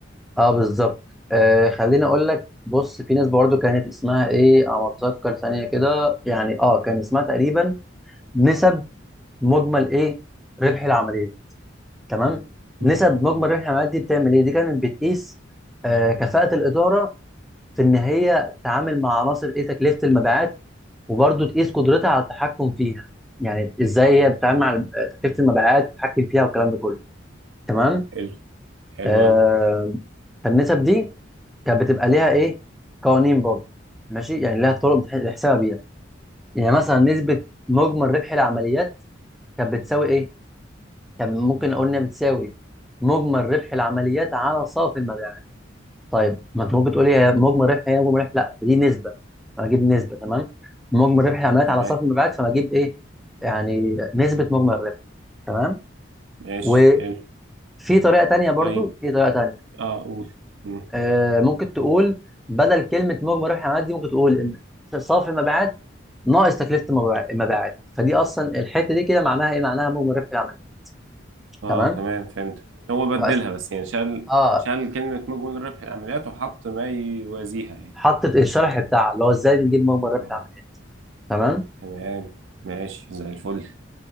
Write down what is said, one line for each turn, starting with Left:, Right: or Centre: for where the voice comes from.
Centre: اه بالظبط آه خليني اقول لك بص في نسبه برضه كانت اسمها ايه على ما اتذكر ثانيه كده يعني اه كان اسمها تقريبا نسب مجمل ايه ربح العمليه تمام
Right: مم،
Centre: نسب مجمل ربح العمليه دي بتعمل ايه دي كانت بتقيس آه كفاءه الاداره في ان هي تتعامل مع عناصر ايه تكلفه المبيعات وبرضه تقيس قدرتها على التحكم فيها يعني ازاي هي بتتعامل مع تكلفه المبيعات تتحكم فيها والكلام ده كله تمام
Right: حلو حلو
Centre: آه
Right: قوي
Centre: فالنسب دي كانت بتبقى ليها ايه قوانين برضه ماشي يعني ليها طرق بتح- بتحسبها بيها يعني مثلا نسبه مجمل ربح العمليات كانت بتساوي ايه كان ممكن اقول انها بتساوي مجمل ربح العمليات على صافي المبيعات طيب ما انت ممكن تقولي هي مجمل ربح هي مجمل ربح لا دي نسبه فاجيب نسبه تمام مجمل ربح العمليات
Right: تمام
Centre: على صافي المبيعات فبجيب ايه يعني نسبه مجمل الربح تمام
Right: ماشي
Centre: وفي
Right: حلو
Centre: طريقه تانية برضو
Right: طيب
Centre: في طريقه تانية
Right: اه قول مم.
Centre: آه ممكن تقول بدل كلمه مجمل ربح العمليات دي ممكن تقول ان صافي المبيعات ناقص تكلفه المبيع- المبيعات فدي اصلا الحته دي كده معناها ايه معناها مجمل ربح العمليات
Right: اه
Centre: تمام
Right: تمام فهمت هو بدلها
Centre: وأس-
Right: بس يعني شال
Centre: اه
Right: شال كلمة مجمل ربح العمليات وحط ما يوازيها يعني
Centre: حطت الشرح بتاعها اللي هو ازاي بنجيب مجمل ربح
Right: اه
Centre: العمليات تمام
Right: تمام ماشي زي الفل